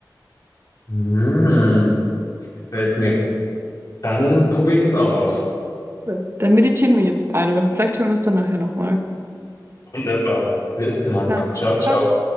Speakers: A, on the left; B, on the right.
A: irgendwas? Hm, das gefällt mir. Dann probiere ich das auch aus.
B: Cool. Dann meditieren wir jetzt beide. Vielleicht hören wir es dann nachher nochmal.
A: Wunderbar. Bis dann.
B: Super.
A: Ciao, ciao.
B: Ciao.